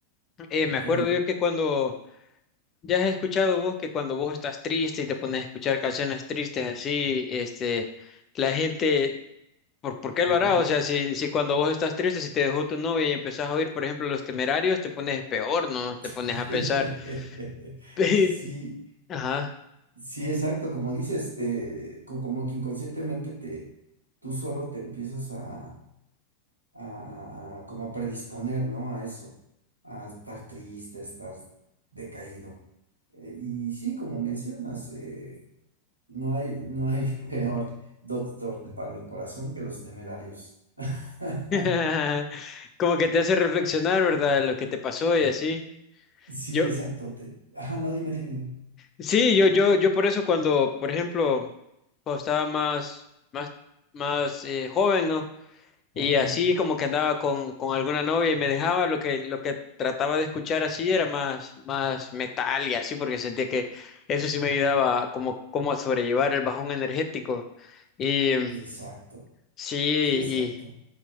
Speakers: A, on the left; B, on the right.
A: eh,
B: ok,
A: me acuerdo yo que cuando ya has escuchado vos que cuando vos estás triste y te pones a escuchar canciones tristes así, este, la gente ¿Por, por qué
B: ajá.
A: lo hará? O sea, si, si cuando vos estás triste, si te dejó tu novia y empezás a oír, por ejemplo, Los Temerarios, te pones peor, ¿no? Te
B: <laughs>
A: pones a pensar. <laughs>
B: Sí,
A: Ajá.
B: sí, exacto, como dices, te, co- como que inconscientemente te, tú solo te empiezas a, a- a- como a predisponer, ¿no? A eso, a estar triste, a estar decaído. Eh, y sí, como mencionas, eh, no hay, no hay <laughs> peor doctor para el corazón que los temerarios. <laughs>
A: <laughs> Como que te hace reflexionar, ¿verdad? Lo que te pasó y así.
B: Sí,
A: Yo,
B: exacto. te- ajá, no, dime, dime, dime.
A: sí, yo, yo, yo por eso cuando, por ejemplo, cuando estaba más, más, más eh, joven, ¿no?
B: Ok,
A: Y así como que andaba con, con alguna novia y me dejaba, lo que, lo que trataba de escuchar así era más, más metal y así, porque sentía que eso sí me ayudaba como, como a sobrellevar el bajón energético. Y mm,
B: exacto.
A: sí,
B: Sí, exacto.
A: y